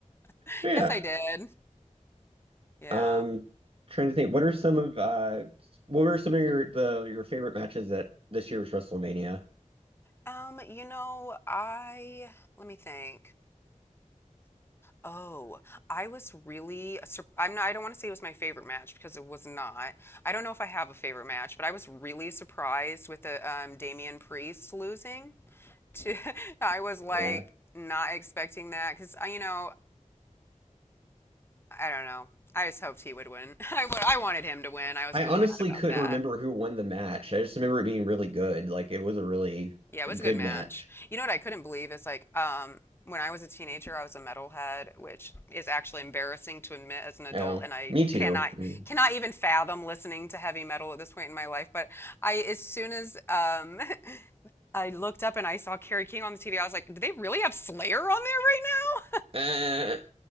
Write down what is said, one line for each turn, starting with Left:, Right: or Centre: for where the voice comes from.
Left: <laughs>
Right: Yeah.
Left: Guess I did. Yeah.
Right: Um, trying to think, what are some of uh, what were some of your the your favorite matches at this year's WrestleMania?
Left: Um, you know, I let me think. Oh, I was really sur- I'm not, I don't want to say it was my favorite match because it was not. I don't know if I have a favorite match, but I was really surprised with the um Damian Priest losing to <laughs> I was like
Right: Yeah.
Left: not expecting that because I, you know, I don't know. I just hoped he would win. <laughs> I wa- I wanted him to win. I was
Right: I
Left: a
Right: honestly
Left: little mad about
Right: couldn't
Left: that.
Right: remember who won the match. I just remember it being really good. Like it was a really
Left: Yeah, it was
Right: good
Left: a good match.
Right: match.
Left: You know what I couldn't believe is like um when I was a teenager, I was a metalhead, which is actually embarrassing to admit as an adult,
Right: Oh,
Left: and I
Right: me too.
Left: cannot
Right: Mm.
Left: cannot even fathom listening to heavy metal at this point in my life. But I, as soon as um <laughs> I looked up and I saw Carrie King on the TV, I was like, "Do they really have Slayer on there right now?"
Right: Uh,